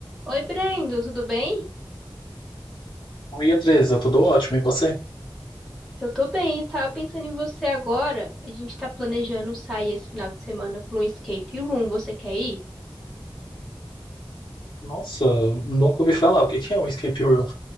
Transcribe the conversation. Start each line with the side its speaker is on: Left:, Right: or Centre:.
Centre: Oi, Brendo, tudo bem?
Left: Oi, Andresa, tudo ótimo. E você?
Centre: Eu tô bem, eu tava pensando em você agora. A gente tá planejando sair esse final de semana pra um escape room. Você quer ir?
Left: Nossa, nunca ouvi falar. O que que é um escape room?